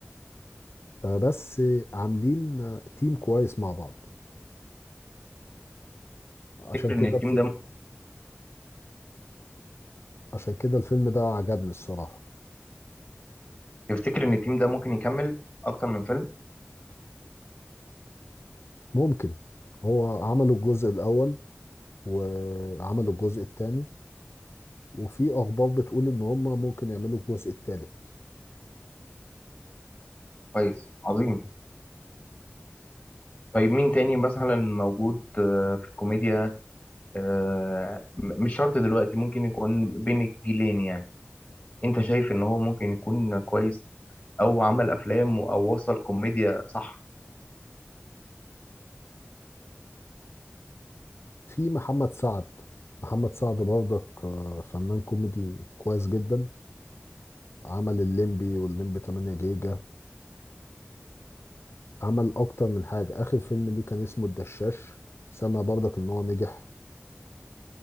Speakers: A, on the left; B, on the left.
A: آه بس عاملين آه، تيم كويس مع بعض عشان
B: تفتكر إن
A: كده
B: التيم
A: الفيلم
B: ده
A: عشان كده الفيلم ده عجبني الصراحة
B: تفتكر إن التيم ده ممكن يكمل أكتر من فيلم
A: ممكن هو عملوا الجزء الأول وعملوا الجزء الثاني وفي اخبار بتقول ان هم ممكن يعملوا الجزء الثالث
B: كويس عظيم طيب مين تاني مثلا موجود آه، في الكوميديا آه، م- مش شرط دلوقتي ممكن يكون بين الجيلين يعني انت شايف ان هو ممكن يكون كويس او عمل افلام و- او وصل كوميديا صح
A: في محمد سعد محمد سعد برضك آه، فنان كوميدي كويس جدا عمل الليمبي والليمبي 8 جيجا عمل اكتر من حاجة اخر فيلم ليه كان اسمه الدشاش سمع برضك ان هو نجح